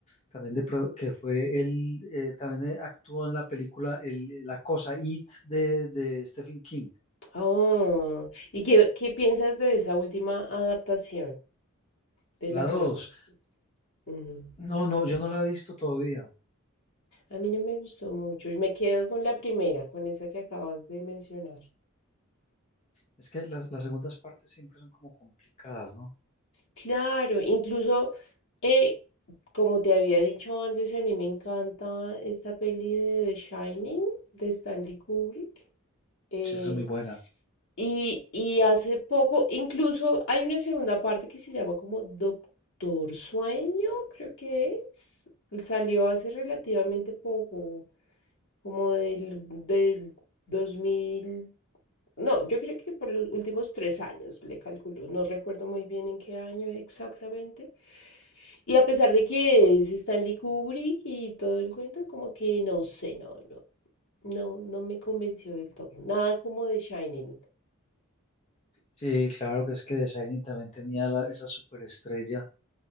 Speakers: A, on the left; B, on the left.
A: también de, pro- que fue él, eh, también eh, actuó en la película el, La Cosa, It de, de Stephen King.
B: Ah, Oh, ¿y qué, qué piensas de esa última adaptación de la
A: La
B: cosa?
A: dos,
B: Ujú.
A: no, no, yo no la he visto todavía.
B: A mí no me gustó mucho y me quedo con la primera, con esa que acabas de mencionar.
A: Es que las, las segundas partes siempre son como complicadas, ¿no?
B: Claro, incluso, eh, como te había dicho antes, a mí me encanta esta peli de The Shining de Stanley Kubrick. Eh,
A: Sí, esa es muy buena.
B: Y, y hace poco, incluso hay una segunda parte que se llama como Doctor Sueño, creo que es. Salió hace relativamente poco, como del, del dos mil No, yo creo que por los últimos tres años le calculo. No recuerdo muy bien en qué año exactamente. Y a pesar de que es Stanley Kubrick y todo el cuento, como que no sé, no, no, no, no me convenció del todo. Nada como de Shining.
A: Sí, claro que es que The Shining también tenía la- esa superestrella.